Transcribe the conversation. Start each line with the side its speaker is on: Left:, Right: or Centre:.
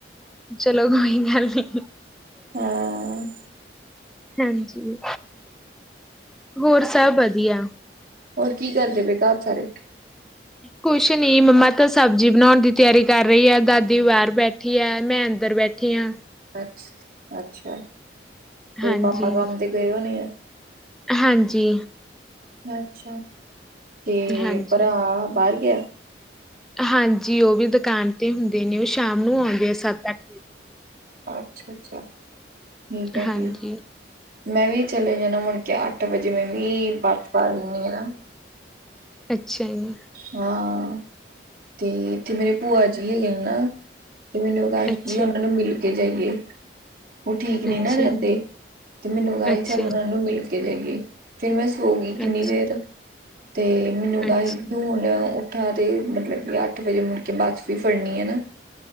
Centre: ਚਲੋ, ਕੋਈ ਗੱਲ ਨੀ।
Right: ਹਾਂ।
Centre: ਹਾਂਜੀ, ਹੋਰ ਸਭ ਵਧੀਆ।
Right: ਹੋਰ ਕੀ ਕਰਦੇ ਪਏ ਘਰ ਸਾਰੇ।
Centre: ਕੁਛ ਨੀ ਮੰਮਾ ਤਾਂ ਸਬਜ਼ੀ ਬਣਾਉਣ ਦੀ ਤਿਆਰੀ ਕਰ ਰਈ ਐ, ਦਾਦੀ ਬਾਰ ਬੈਠ ਯਾਰ ਮੈਂ ਅੰਦਰ ਬੈਠੀ ਆਂ।
Right: ਅ-ਅੱਛਾ ਤੇ
Centre: ਹਾਂਜੀ
Right: ਪਾਪਾ ਕੰਮ ਤੇ ਗਏ ਹੋਣੇ ਆ।
Centre: ਹਾਂਜੀ।
Right: ਅੱਛਾ, ਤੇ
Centre: ਹਾਂਜੀ,
Right: ਭਰਾ ਬਾਰ ਗਆ।
Centre: ਹਾਂਜੀ ਓਹ ਵੀ ਦੁਕਾਨ ਤੇ ਹੁੰਦੇ ਨੇ ਓਹ ਸ਼ਾਮ ਨੂੰ ਆਉਂਣ ਗੇ ਸੱਤ-ਅੱਠ-
Right: ਅੱਛਾ-ਅੱਛਾ ਠੀਕ ਹੈ
Centre: ਹਾਂਜੀ,
Right: ਫੇਰ। ਮੈਂ ਵੀ ਚਲੇ ਜਾਣਾ ਮੁੜ ਕੇ ਅੱਠ ਵਜੇ, ਮੈਂ ਵੀ ਬਸ ਫੜ ਲੈਂਣੀ ਆਂ।
Centre: ਅੱਛਾ ਜੀ।
Right: ਹਾਂ, ਤੇ ਇੱਥੇ ਮੇਰੇ ਭੂਆ ਜੀ ਹੈਗੇ ਐ ਨਾ। ਤੇ ਮੈਨੂੰ ਵੀ
Centre: ਅੱਛਾ,
Right: ਉਹਨਾਂ ਨੂੰ ਮਿਲ ਕੇ ਜਾਈਏ। ਉਹ ਠੀਕ ਨਹੀਂ
Centre: ਅੱਛਾ
Right: ਨਾ ਰਹਿੰਦੇ
Centre: ਜੀ,
Right: ਤੇ ਮੈਨੂੰ ਆਹ
Centre: ਅੱਛਾ
Right: ਸੀ ਚੱਲ ਉਹ
Centre: ਜੀ,
Right: ਨੂੰ ਮਿਲ ਕੇ ਜਾਈਏ। ਫਿਰ ਮੈਂ ਸੋ ਗਈ ਕਿੰਨੀ
Centre: ਅੱਛਾ,
Right: ਦੇਰ ਤੇ ਮੈਨੂੰ ਹੈਗਾ
Centre: ਅੱਛਾ
Right: ਸੀ ਹੁਣ ਉੱਠਾ ਤੇ ਮਤਲਬ ਕਿ ਅੱਠ ਵਜੇ ਮੁੜ ਕੇ ਬੱਸ ਵੀ ਫੜਨੀ ਹੈ ਨਾ।